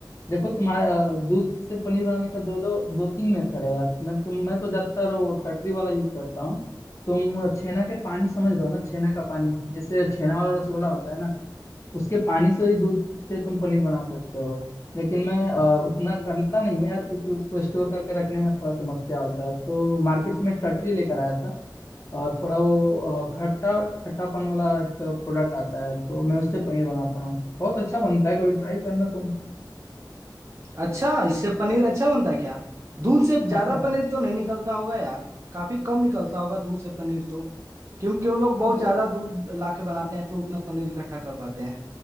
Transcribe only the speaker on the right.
अच्छा इससे पनीर अच्छा बनता है क्या दूध से ज्यादा
पनीर तो नहीं निकलता होगा यार काफी कम निकलता होगा दूध से पनीर तो क्योंकि वो लोग बहुत
ज्यादा दूध लाके बनाते हैं तो उतना पनीर इकट्ठा कर पाते हैं